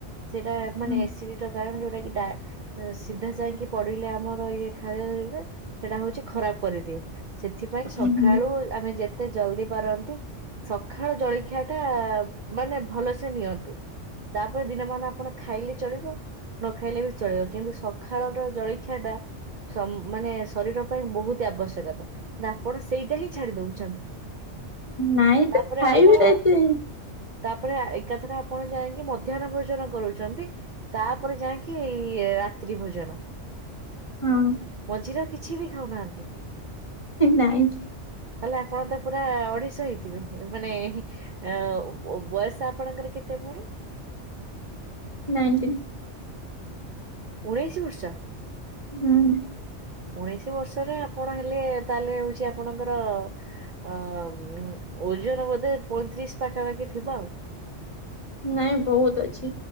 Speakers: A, on the right (about 50°); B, on the left (about 30°).
A: ସେଇଟା ମାନେ
B: ହୁଁ
A: ଏସିଡିର କାରଣ ଯୋଉଟା କି ସିଧା ଯାଇକି ପଡିଲେ ଆମର ଇଏ ଖାରେ ସେଟା ହଉଛି। ଖରାପ କରିଦିଏ ସେଥିପାଇଁ ସକାଳୁ
B: ଉହୁଁ।
A: ଆମେ ଯେ ଏତେ ଜଲଦି ପାରନ୍ତି ସକାଳ ଜଳଖିଆ ଟା ମାନେ ଭଲସେ ନିଅନ୍ତି। ତାପରେ ଦିନ ମାନ ଆପଣ ଖାଇଲେ ଚଳିବ। ନ ଖାଇଲେ ବି ଚଳିବ କିନ୍ତୁ ସକାଳର ଜଳଖିଆ ଟା ମାନେ ଶରୀର ପାଇଁ ବହୁତ ଆବଶ୍ୟକତା କି ଆପଣ ସେଇଟା ହିଁ ଛାଡି ଦଉଛନ୍ତି।
B: ନାଇ
A: ତାପରେ
B: ତ ଖାଇ
A: ଆପଣ
B: ବି ରତ
A: ତାପରେ ଏକାଥରେ ଆପଣ ଯାଇକି ମଧ୍ୟାହ୍ନ ଭୋଜନ କରୁଛନ୍ତି। ତାପରେ ଯାଇକି ରାତି ରାତ୍ରି ଭୋଜନ
B: ହଁ
A: ମଝିରେ ଆଉ କିଛି ବି ଖାଉନାହାନ୍ତି?
B: ନାଇଁ।
A: ହେଲେ ଆପଣ ତ ପୁରା ଅଡିଶ ହେଇଥିବେ ମାନେ ଅ ବୟସ ଆପଣଙ୍କର କେତେ ପୁଣି?
B: ନାଇଣ୍ଟିନ୍
A: ଉଣେଇଶି ବର୍ଷ?
B: ହୁଁ।
A: ଉଣେଇଶି ବର୍ଷରେ ଆପଣ ହେଲେ ତାହେଲେ ହଉଛି ଆପଣଙ୍କର ଅ ଓଜନ ବୋଧେ ପଇଁତିରିଶ ପାଖାପାଖି ଥିବ ଆଉ
B: ନାଇଁ ବହୁତ ଅଛି